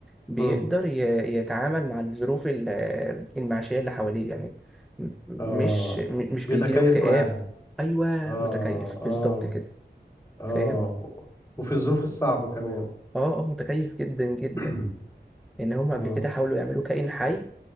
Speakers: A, in the centre; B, on the left (about 15°).
A: بيقدر
B: امم.
A: ي- يتعامل مع الظروف ال- آه، المعيشية اللي حواليه يعني م- مش
B: اه
A: م- مش
B: بيتكيف
A: بيجيله اكتئاب
B: معاها
A: ايوه
B: اه
A: متكيف
B: اه
A: بالظبط كده
B: اه
A: فاهم
B: وفي الظروف الصعبة كمان
A: اه اه متكيف جدا جدا
B: <clears throat>
A: إن هم
B: اه
A: قبل كده حاولوا يعملوا كائن حي